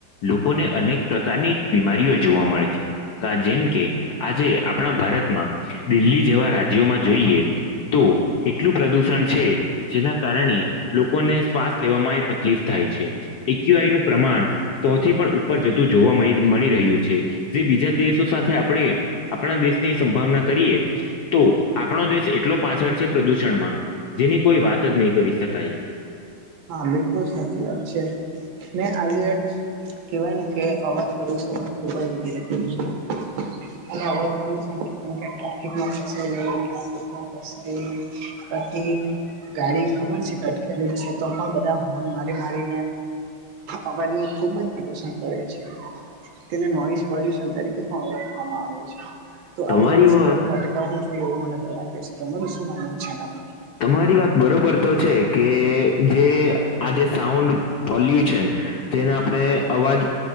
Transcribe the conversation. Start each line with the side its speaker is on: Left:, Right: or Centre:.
Left: લોકોને અનેક પ્રકારની બીમારીઓ જોવા મળે છે, કા જેમ કે આજે આપણા ભારતમાં, દિલ્હી જેવા રાજ્યોમાં જોઈએ તો એટલું પ્રદૂષણ છે, જેના કારણે લોકોને શ્વાસ લેવામાં એ તકલીફ થાય છે. એ ક્યુ આઈ નું પ્રમાણ સૌ થી પણ ઉપર જતું જોવા મળ મળી રહ્યું છે, જે બીજા દેશો સાથે આપણે આપણા દેશની સંભાવના કરીએ, તો આપણો દેશ એટલો પાછળ છે પ્રદૂષણમાં, જેની કોઈ વાત જ નહીં કરી શકાય.
Right: હા બિલકુલ સાચી વાત છે, ને આજે કેવાય ને કે અવાજ પ્રદુષણ પણ ખુબ જ વધી રહ્યું છે. અને અવાજ પણ <unintelligible> ટ્રોફિકમાં ફસાઈ ગયો ટ્રાફિકમાં ફસાઈ ત્યાંથી ગાડી ખબર છે કે અટકેલી છે. તો પણ બધા હોન મારી મારીને અવાજ ની ખુબ જ પ્રદુશણ કરે છે, તેને નોઇસ પ્રદૂષણ તરીકે પણ ઓળખવામાં આવે છે, તો
Left: તમારી
Right: આ પ્રદૂષણ
Left: વાત
Right: આપણે અટકાવું તો એવું મને તો લાગે છે, તમારું શું માનવું છે આના પર?
Left: તમારી વાત બરોબર તો છે, કે જે આજે સાઉન્ડ પોલ્યુશન તેને આપણે અવાજ